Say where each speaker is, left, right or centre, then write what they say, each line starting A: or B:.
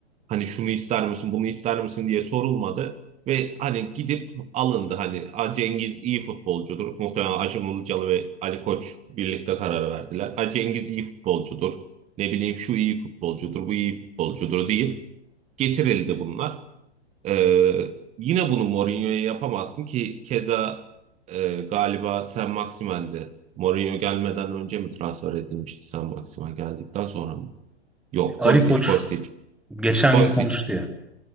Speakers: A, on the right; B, in the centre.
A: Hani şunu ister misin, bunu ister misin diye sorulmadı. Ve hani gidip alındı. Hani "A, Cengiz iyi futbolcudur. Muhtemelen Acun Ilıcalı ve Ali Koç birlikte karar verdiler. Ha Cengiz iyi futbolcudur. Ne bileyim şu iyi futbolcudur, bu iyi futbolcudur deyip getirildi bunlar. Ee, yine bunu Mourinho'ya yapamazsın ki keza e, galiba Sen Maximen'di. Mourinho gelmeden önce mi transfer edilmişti Sen Maximen geldikten sonra mı? Yok
B: Ali
A: Kostic,
B: Koç
A: Kostic.
B: geçen
A: Kostic
B: gün konuştu ya.